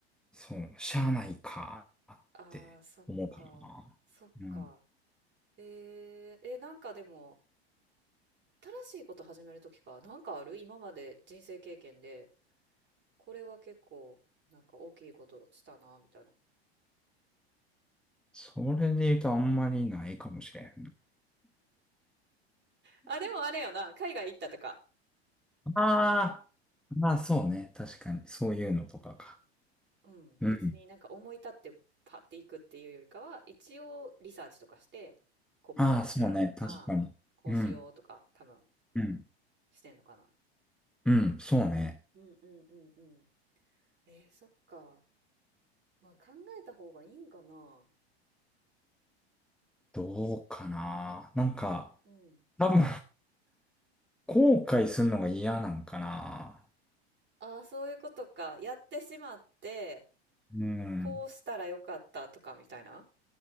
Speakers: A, in the centre; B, on the right.
A: そう、しゃあないかって思うかな。
B: ああ、そっか。そっか。
A: うん。
B: えー、え、なんかでも、新しいこと始めるときか、なんかある今まで人生経験で、これは結構、なんか大きいことしたな、みたいな。
A: それで言うとあんまりないかもしれん
B: あ、でもあれよな、海外行ったとか。
A: ああ、まあそうね。確かに。そういうのとかか。
B: うん。
A: うん。
B: 別になんか思い立ってパッて行くっていうよりかは、一応リサーチとかして、ここがいいなとか、
A: ああ、そうね。確かに。
B: こうしようとか、
A: うん。
B: 多分
A: うん。
B: してんのかな。
A: うん。そうね。
B: うんうんうんうん。えー、そっか。まあ考えた方がいいんかな。
A: どうかな。なんか、
B: うん。
A: 多分、後悔するのが嫌なんかな。
B: ああ、そういうことか。やってしまって、
A: うん。
B: こうしたらよかったとかみたいな。